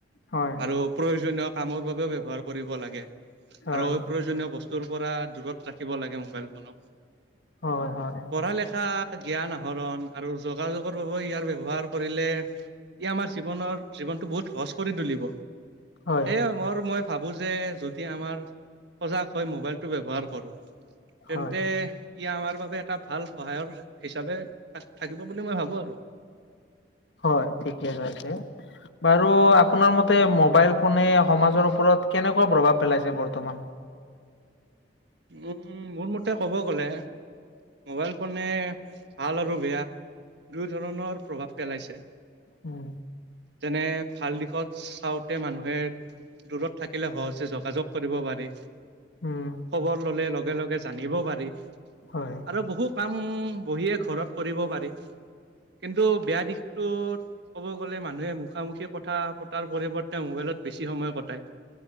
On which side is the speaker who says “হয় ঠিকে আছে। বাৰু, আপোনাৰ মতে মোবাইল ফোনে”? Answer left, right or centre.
Left